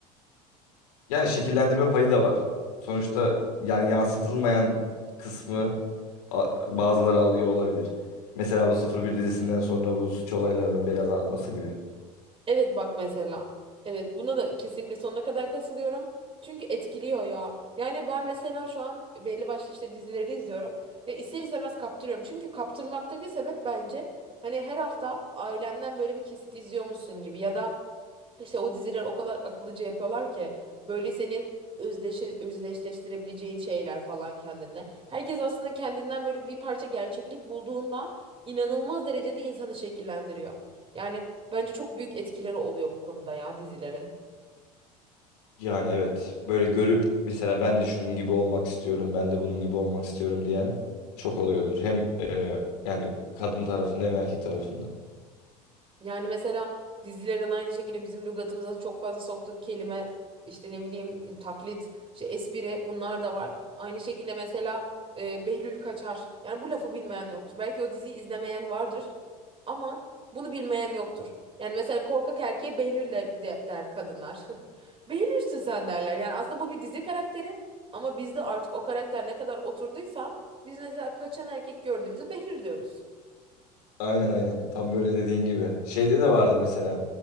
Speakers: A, on the left; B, on the right.
A: yani şekillendirme payı da var. Sonuçta yani yansıtılmayan kısmı a- bazıları alıyor olabilir. Mesela bu sıfır bir dizisinden sonra bu suç olaylarının biraz artması gibi.
B: Evet bak mesela. Evet buna da kesinlikle sonuna kadar katılıyorum. Çünkü etkiliyor ya. Yani ben mesela şu an belli başlı işte dizileri izliyorum. Ya ister istemez kaptırıyorum. Çünkü kaptırmaktaki sebep bence hani her hafta ailenden böyle bir kesit izliyormuşsun gibi ya da İşte o diziler o kadar akıllıca yapıyorlar ki böyle senin özdeşe, özdeşleştirebileceğin şeyler falan kendine. Herkes aslında kendinden böyle bir parça gerçeklik bulduğunda inanılmaz derecede insanı şekillendiriyor. Yani bence çok büyük etkileri oluyor bu konuda ya dizilerin.
A: Yani evet. Böyle görüp mesela ben de şunun gibi olmak istiyorum, ben de bunun gibi olmak istiyorum diyen çok oluyordur. Hem e, yani kadın tarafında hem erkek tarafında.
B: Yani mesela dizilerin aynı şekilde bizim lügatımıza çok fazla soktuğu kelime, işte ne bileyim taklit, işte espri bunlar da var. Aynı şekilde mesela e, Behlül Kaçar. Yani bu lafı bilmeyen yoktur. Belki o diziyi izlemeyen vardır ama bunu bilmeyen yoktur. Yani mesela korkak erkeğe Behlül der, de- der kadınlar. <laughs> Behlülsün sen derler. Yani aslında bu bir dizi karakteri ama bizde artık o karakter ne kadar oturduysa biz mesela kaçan erkek gördüğümüzde Behlül diyoruz.
A: Aynen aynen. Tam böyle dediğin gibi. Şeyde de vardı mesela.